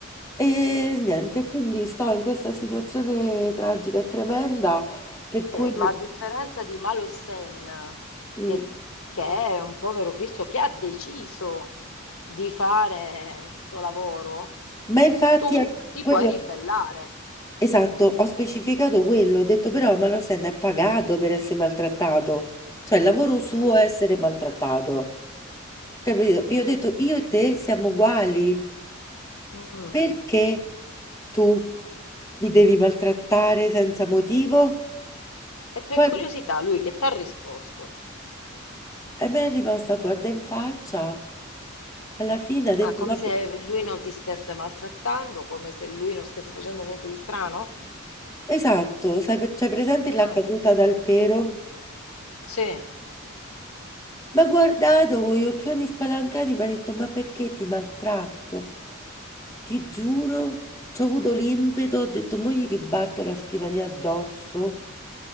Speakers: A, on the left (about 15°); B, on the left (about 75°).
A: E niente, quindi sto in questa situazione tragica e tremenda per cui...
B: Eh, ma a differenza di Malo Sen,
A: Mm.
B: che, che è un povero Cristo che ha deciso di fare sto lavoro,
A: Ma infatti
B: tu
A: è
B: ti
A: quello,
B: puoi ribellare.
A: esatto, ho specificato quello, ho detto però ma la Senna è pagato per essere maltrattato, cioè il lavoro suo
B: Eh,
A: è essere maltrattato, capito? Io ho detto io e te siamo uguali,
B: mm.
A: perché tu mi devi maltrattare senza motivo?
B: E per
A: Poi
B: curiosità, lui che ti ha risposto?
A: e mi è rimasta guarda in faccia, alla fine ha detto
B: Ah, come
A: ma...
B: se lui non ti stesse maltrattando, come se lui non stesse facendo niente di strano?
A: Esatto, sai, c'è presente la
B: Ah,
A: caduta dal pero?
B: sì.
A: M'ha guardato con gli occhioni spalancati, mi ha detto: Ma perché ti maltratto? Ti giuro, ci ho avuto l'impeto, ho detto: Mo gli ribatto la scrivania addosso,